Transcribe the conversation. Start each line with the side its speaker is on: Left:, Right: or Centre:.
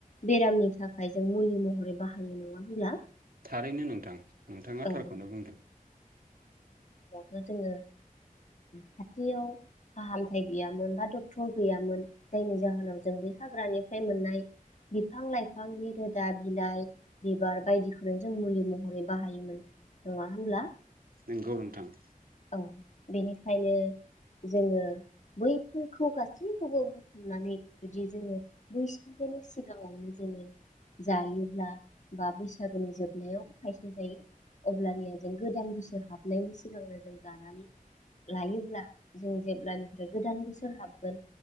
Left: बेरामनि थाखाय जों मुलि महरै बाहायो नङा होनब्ला।
Right: थारैनो नोंथां नोंथाङा
Left: औ
Right: थारखौनो बुंदों। <inaudible>
Left: थ' जोङो खाथियाव फाहामथाय गैयामोन बा डक्टर गैयामोन जायनि जाहोनाव जों बै हाग्रानिफ्राय मोननाय बिफां लाइफांनि रोदा बिलाइ बिबार बायदिखौनो जों मुलि महरै बाहायोमोन नङा होमब्ला।
Right: नंगौ नोंथां।
Left: औ बेनिखायनो जोङो बैफोरखौ गासैखौबो बुथुमनानै जुदि जोङो बैसागोनि सिगाङावनो जोङो जायोब्ला बा बैसागोनि जोबनायावबो खायसे जायो अब्लानिया जों गोदान बोसोर हाबनायनि सिगां सिगांनो जों जानानै लायोब्ला जों जेब्लानिफ्राय गोदान बोसोर हाबगोन